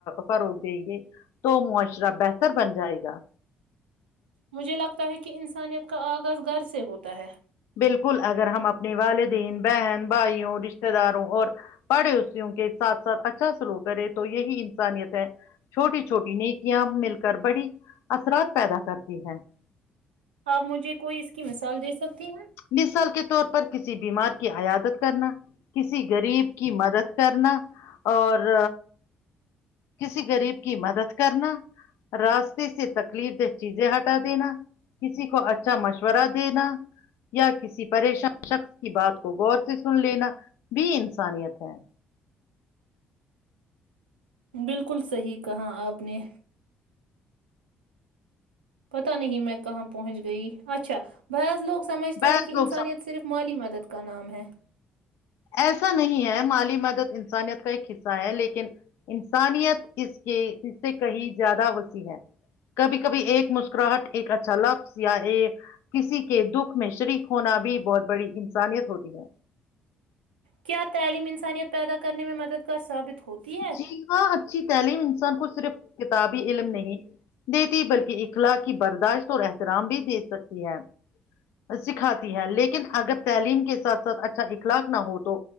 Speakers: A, on the left (about 60°); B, on the right (about 80°).
A: فروغ دیں گے تو معاشرہ بہتر بن جائے گا
B: مجھے لگتا ہے کہ انسانیت کا آغاز گھر سے ہوتا ہے
A: بالکل اگر ہم اپنی والدین بہن بھائیوں رشتے داروں اور <inaudible> پڑے اسسییوں کے ساتھ ساتھ اچھا سلو کرے تو یہی انسانیت ہے چھوٹی چھوٹی نیکیاں مل گڑبڑی اثرات پیدا کرتی <inaudible> ی ہے <inaudible>
B: آپ مجھے کوئی اس کی مثال دے سکتے ہیں
A: مثال کے طور پر کسی بیمار کی عیادت کرنا کسی غریب کی مدد کرنا اور کسی غریب کی مدد کرنا راستے سے تکلیف دہ چیزیں ہٹا دینا کسی کو اچھا مشورہ دینا یا کسی پریشان شخص کی بات کو غور سے سن لینا بھی انسانیت ہے
B: بالکل صحیح کہا آپ نے پتا نہیں میں کہاں پہنچ گئی اچھا بض لوگ سمھتے
A: بعض
B: ہیں کہ
A: لوگ
B: انسانیت
A: سمجھ
B: صرف مالی مت <inaudible> ت کا نام ہے
A: ایسا نہیں ہے مالی مدد انسانیت کا ایک حصہ ہے لیکن انسانیت اس کے اس سے کہیں زیادہ وسیع ہے کبھی کبھی ایک مسکراہٹ ایک اچھا لفظ یا ایک کسی کے دکھ میں شریک ہونا بھی بہت بڑی انسانیت ہوتی ہے <unintelligible>
B: کیا تعلیم انسانیت پیدا کرنے میں مددگار ثابت <inaudible> ہے
A: جی ہاں اچھی تعلیم انسان کو صرف کتابی علم نہیں دیتی بلکہ اخلاق کی برداشت اور احترام بھی دے سکتی ہے سکھاتی ہے لیکن اگر تعلیم کے ساتھ ساتھ اچھا اخلاق نہ ہو تو